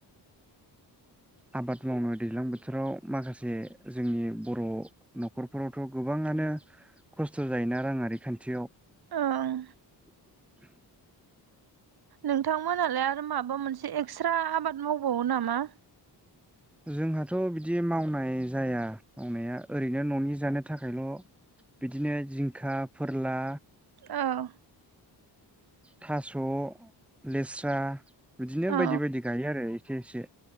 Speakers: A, in the centre; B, on the right.
A: आबाद मावनो दैज्लां बोथोराव माखासे जोंनि बर' न'खरफोरावथ' गोबां आाङनो खस्थ' जायोना राङारि खान्थियाव।
B: ओं
A: <inaudible>
B: नोंथांमोनालाय आरो माबा मोनसे एक्सट्रा आबाद मावबावो नामा?
A: जोंहाथ' बिदि मावनाय जाया मावनाया ओरैनो न'नि जानो थाखायल'। बिदिनो जिंखा फोरला
B: औ
A: थास' लेस्रा बिदिनो
B: औ
A: बायदि बायदि गायो आरो। खसे